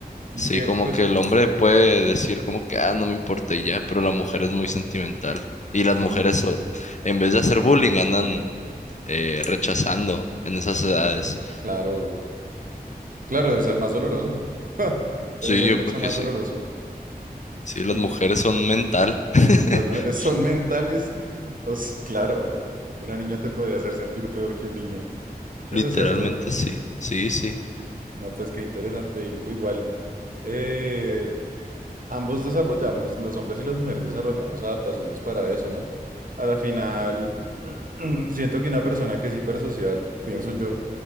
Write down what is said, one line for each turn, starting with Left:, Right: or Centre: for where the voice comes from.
Right: Y
Left: Sí,
Right: es que,
Left: como
Right: pues,
Left: que el hombre puede decir como que, ah, no me importa y ya, pero la mujer es muy sentimental. Y las mujeres,
Right: mm,
Left: o- en vez de hacer bullying, andan eh, rechazando en esas edades.
Right: claro, claro, debe ser más doloroso. <laughs> Debe
Left: Sí,
Right: ser
Left: yo
Right: mucho
Left: creo que
Right: más
Left: sí.
Right: doloroso.
Left: Sí, las
Right: y
Left: mujeres son mental. <laughs>
Right: Las mujeres son mentales. <laughs> O sea, claro, una niña te podía hacer sentir peor que un niño.
Left: Literalmente
Right: Eso es cierto.
Left: sí, sí, sí.
Right: No, pues qué interesante. y- Igual, eh, ambos desarrollamos, los hombres y las mujeres desarrollamos adaptaciones para eso, ¿no? A la final, <clears throat> siento que una persona que es hipersocial, pienso yo,